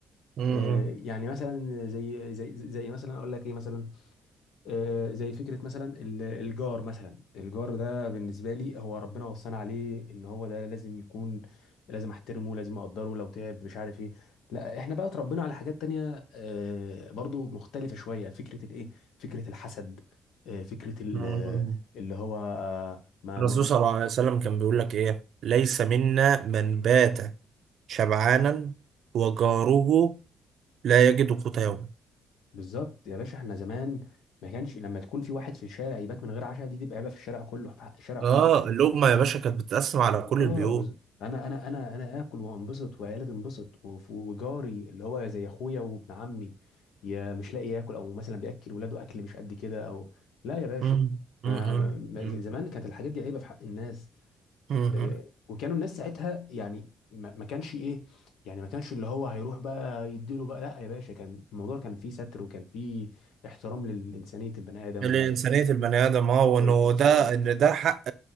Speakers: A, on the right (about 55°); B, on the left (about 75°).
A: امم
B: آه يعني مثلا زي زي زي مثلا اقول لك ايه مثلا آه، زي فكرة مثلا ال- الجار مثلا الجار ده بالنسبة لي هو ربنا وصانا عليه ان هو ده لازم يكون لازم احترمه لازم اقدره لو تعب مش عارف ايه لا احنا بقى اتربينا على حاجات تانية آه، برضو مختلفة شوية فكرة الايه فكرة الحسد آه، فكرة ال-
A: امم
B: آه، اللي هو آه، ما
A: الرسول
B: ما-
A: صلى الله عليه وسلم كان بيقول لك ايه ليس منا من بات شبعانا وجاره لا يجد قوت يومه
B: بالظبط يا باشا احنا زمان ما كانش لما تكون في واحد في الشارع يبات من غير عشاء دي تبقى عيبة في الشارع كله في حق الشارع كله
A: اه اللقمة يا باشا كانت بتتقسم على كل
B: اه
A: البيوت
B: بز... انا انا انا انا اكل وانبسط وعيالي تنبسط وف- وجاري اللي هو زي اخويا وابن عمي يا مش لاقي ياكل او مثلا بياكل ولاده اكل مش قد كده او لا يا باشا
A: مم.
B: ما
A: مم.
B: ما-
A: مم.
B: زمان كانت الحاجات دي عيبه في حق الناس
A: مم.
B: آه، وكانوا الناس ساعتها يعني ما ما كانش ايه يعني ما كانش اللي هو هيروح بقى يديله بقى لا يا باشا كان الموضوع كان فيه ستر وكان فيه احترام لإنسانية البني آدم
A: الإنسانية
B: و-
A: البني آدم اه وإنه
B: وللخصوصية
A: ده إن ده حق